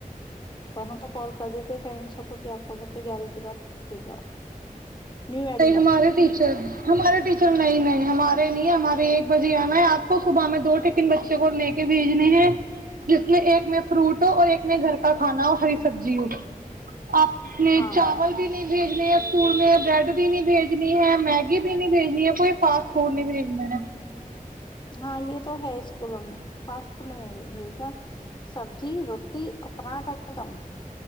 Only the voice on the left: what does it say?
پر ہ تو کال کر دیتے پیرنٹس کیکہ آپ کو بچا گیارہ بجی بات لے جاؤ نیو ایڈمیشن
ہاں
ہاں یہ تو ہے اسکولوں میں فاسٹ فوڈ بھیج د سبزی روٹی اورنااٹا بھی کم